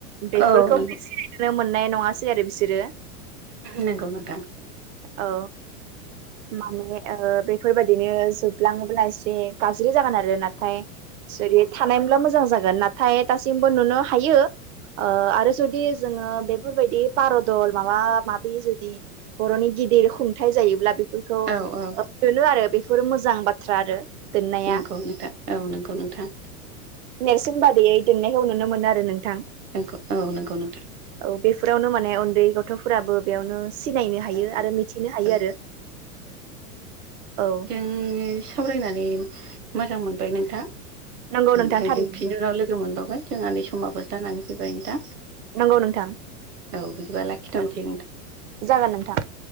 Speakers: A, on the right (about 55°); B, on the right (about 85°).
A: बेफोरखौ
B: औ नंगौ
A: सिनायनो मोननाय नङासै आरो बिसोरो
B: नंगौ नोंथां
A: औ माने ओ बेफोरबायदिनो जोबलाङोब्ला एसे गाज्रि जागोन आरो नाथाय जेरै थानायमोनब्ला मोजां जागोन नाथाय दासिमबो नुनो हायो ओ आरो जुदि जोङो बेफोरबायदि बारदल माबा माबि जुदि बर'नि गिदिर खुंथाइ जायोब्ला बेफोरखौ
B: औ औ
A: मोनो आरो बेफोर मोजां बाथ्रा आरो दोननाया
B: नंगौ नोंथां औ नंगौ नोंथां
A: नेरसोन बादियै दोननायखौ नुनो मोनो आरो नोंथां
B: नंगौ औ नंगौ नोंथां
A: औ बेफोरावनो माने उन्दै गथ'फोराबो बेयावनो सिनायनो हायो
B: औ
A: आरो मिथिनो हायो
B: औ
A: आरो औ
B: उम सावरायनानै मोजां मोनबाय नोंथां
A: नंगौ नोंथां
B: बिनि
A: थारैनो
B: उनाव लोगो मोनबावगोन जोंहा नै समाबो जानानै फैबाय नोंथां
A: नंगौ नोंथां
B: औ बिदिबा लाखिथ'नोसै
A: औ जागोन नोंथां